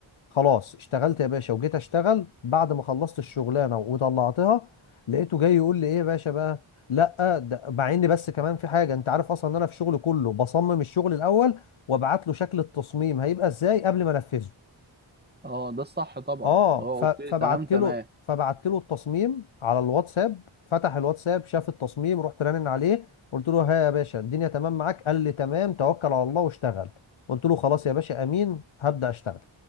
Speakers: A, on the left; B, on the right.
A: خلاص اشتغلت يا باشا وجيت اشتغل بعد ما خلصت الشغلانه وطلعتها لقيته جاي يقول لي ايه يا باشا بقى لا ده مع ان بس كمان في حاجه انت عارف اصلا ان انا في شغلي كله بصمم الشغل الاول وابعت له شكل التصميم هيبقى ازاي قبل ما انفذه
B: اه ده الصح طبعا
A: اه
B: اللي هو
A: ف-
B: اوكي
A: فبعت
B: تمام تمام
A: له فبعت له التصميم على الواتساب فتح الواتساب شاف التصميم رحت رنن عليه قلت له ها يا باشا الدنيا تمام معاك قال لي تمام توكل على الله واشتغل قلت له خلاص يا باشا امين هبدأ اشتغل